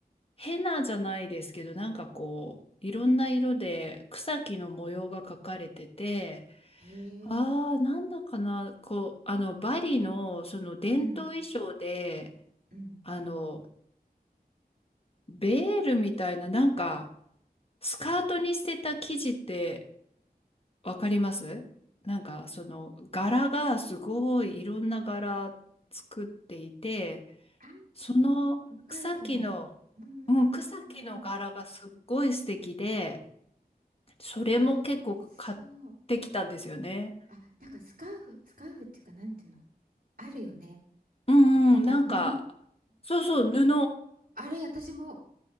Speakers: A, on the left; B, on the right.
A: ヘナじゃないですけど、なんかこう、いろんな色で草木の模様が描かれてて、
B: へえ。
A: ああ、なんだかな、こう、あの、バリのその伝統衣装で、
B: うん、うん、うん。
A: あの、ベールみたいな、なんか、スカートに捨てた生地って、わかりますなんかその柄がすごいいろんな柄作っていて
B: うーん。あ、
A: その草木の、
B: わかるかも。うん、うん、
A: うん、
B: うん、うん。
A: 草木の柄がすっごい素敵で
B: うんうん
A: それも結構買っ
B: あ、そう。
A: てきたんですよね。
B: あ、なんかスカーフ、スカーフっていうか、なんていうのあるよね。
A: うんうんなんかそうそう布
B: なんか布、布布。あれ、私も